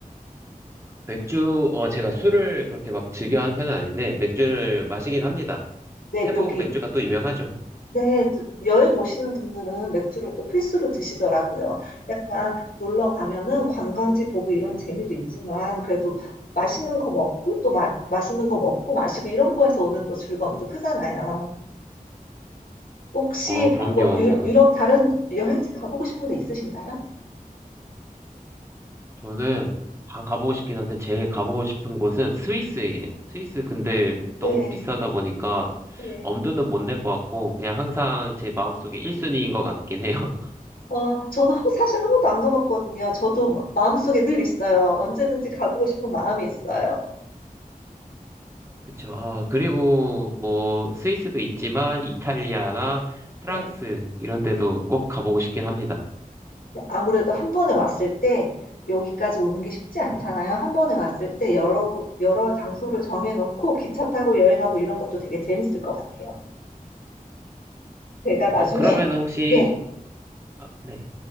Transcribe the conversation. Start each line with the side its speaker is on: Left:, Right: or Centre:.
Right: 맥주, 어, 제가 술을 그렇게 막 즐겨하는 편은 아닌데, 맥주를 마시긴 합니다.
Left: 네,
Right: 태국
Left: 여기
Right: 맥주가 또 유명하죠.
Left: 네, 또 여행 오시는 분들은 맥주를 또 필수로 드시더라고요. 약간 놀러 가면은 관광지 보고 이런 재미도 있지만 그래도 맛있는 거 먹고 또 마, 맛있는 거 먹고 마시고 이런 거에서 오는 또 즐거움도 크잖아요. 혹시
Right: 어, 그럼요.
Left: 아, 뭐 유, 유럽 다른 여행지 가보고 싶은 데 있으신가요?
Right: 저는 다 가보고 싶긴 한데, 제일 가보고 싶은 곳은 스위스예요. 스위스 근데 너무
Left: 네,
Right: 비싸다 보니까
Left: 네.
Right: 엄두는 못 낼 것 같고, 그냥 항상 제 마음속에 1순위인 것 같긴 해요. <laughs>
Left: 어, 저도 한- 사실 한 번도 안 가봤거든요. 저도 마- 마음속에 늘 있어요. 언제든지 가보고 싶은 마음이 있어요.
Right: 그쵸. 아, 그리고 뭐, 스위스도 있지만, 이탈리아나 프랑스,
Left: 네.
Right: 이런 데도 꼭 가보고 싶긴 합니다.
Left: 네, 아무래도 한 번에 왔을 때 여기까지 오는 게 쉽지 않잖아요. 한 번에 왔을 때 여러, 구- 여러 장소를 정해놓고 기차 타고 여행하고 이런 것도 되게 재밌을 것 같아요. 제가 나중에,
Right: 어, 그러면 혹시
Left: 네,
Right: 아, 네.